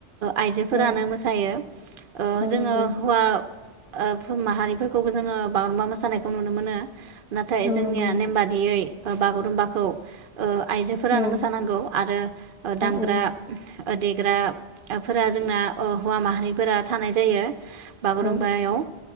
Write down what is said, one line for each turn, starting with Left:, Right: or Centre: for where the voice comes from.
Right: आइजोफोरानो
Centre: औ
Right: मोसायो ओ
Centre: औ
Right: जोङो
Centre: नंगौ
Right: हौवा ओ <unintelligible> माहारिफोरखौबो जोङो बागुरुम्बा मोसानायखौ नुनो मोनो। नाथाय
Centre: औ
Right: जोंनिया
Centre: नंगौ
Right: नेम बादियै बागुरुम्बाखौ आइजोफोरानो
Centre: औ
Right: मोसानांगौ आरो ओ दामग्रा
Centre: औ
Right: एदेग्रा फोर जोंना हौवा माहारिफोरा थानाय जायो। बागुरुमबायाव
Centre: औ